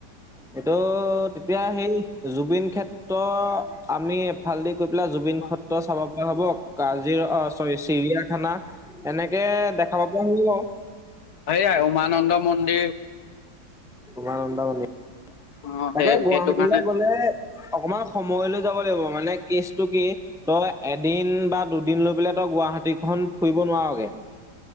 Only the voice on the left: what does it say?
অ',
সয়াই উমানন্দ মন্দিৰ
অ',
সেই
সেইটো কাৰণে